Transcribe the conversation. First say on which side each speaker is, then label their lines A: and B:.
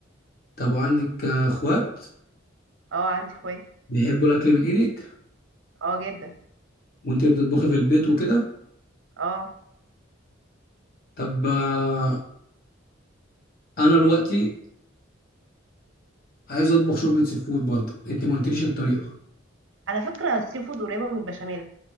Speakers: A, on the left; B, on the right.
A: طب وعندك آه، اخوات
B: آه، عندي اخوات
A: بيحبوا الاكل من ايدك
B: اه جدا
A: وانت اللي بتطبخي في البيت وكده
B: اه
A: طب آه، انا دلوقتي عايز اطبخ شوربه سي فود برضه انت ما قلتليش الطريقه
B: على فكره السي فود قريبه من البشاميل